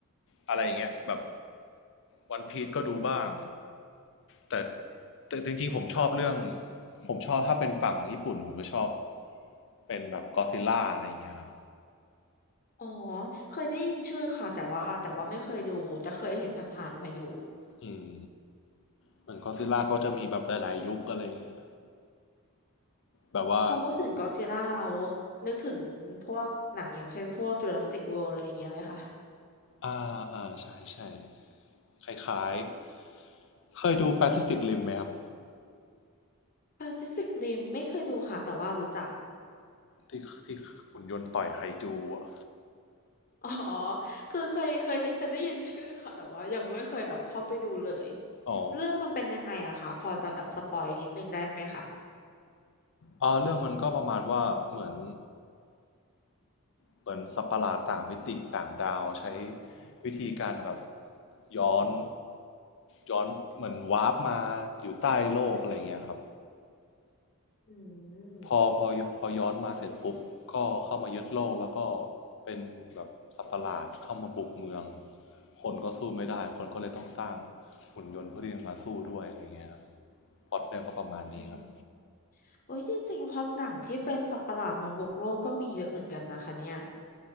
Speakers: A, on the left; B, on the left.
A: อะไรอย่างเงี้ยแบบวันพี e ก็ดูบ้างแต่แต่จริงๆผมชอบเรื่องผมชอบถ้าเป็นฝั่งญี่ปุ่นผมจะชอบเป็นแบบก็ซิลล่าอะไรอย่างเงี้ยครับ
B: อ๋อ เคยได้ยินชื่อค่ะแต่ว่าแต่ว่าไม่เคยดูแต่เคยเห็นผ่านๆมาอยู่
A: อืมเหมือนก็ซิลล่าก็จะมีแบบหลายๆยุคอะไรอย่างเงี้ยแบบว่า
B: พอพูดถึงก็อดซิลล่าเรานึกถึงพวกหนังอย่างเช่นพวกจูราสสิกเวิลด์อะไรอย่างเงี้ยเลยค่ะ
A: อ่าอ่าใช่ใช่คล้ายๆเคยดู Pacific Rim ไหมครับ
B: Pacific Rim ไม่เคยดูค่ะแต่ว่ารู้จัก
A: ที่ที่หุ่นยนต์ต่อยไคจูอะ
B: <laughs> อ๋อคือเคยเคยเคยได้ยินชื่อค่ะแต่ว่ายังไม่เคยแบบเข้าไปดูเลย
A: อ๋อ
B: เรื่องมันเป็นยังไงอะค่ะพอจะแบบสปอยนิดนึงได้ไหมคะ
A: อ่าเรื่องมันก็ประมาณว่าเหมือนเหมือนสัตว์ประหลาดต่างมิติต่างดาวใช้วิธีการแบบย้อนย้อนเหมือนวาร์ปมาอยู่ใต้โลกอะไรเงี้ยครับ
B: อืม
A: พอพอพอย้อนมาเสร็จปุ๊บก็เข้ามายึดโลกแล้วก็เป็นแบบสัตว์ประหลาดเข้ามาบุกเมืองคนก็สู้ไม่ได้คนก็เลยต้องสร้างหุ่นยนต์เพื่อที่จะมาสู้ด้วยอะไรเงี้ยครับพล็อตเรื่องก็ประมาณนี้ครับ
B: อืมโอ้ยจริงๆพล็อตหนังที่เป็นสัตว์ประหลาดมาบุกโลกก็มีเยอะเหมือนกันนะคะเนี่ย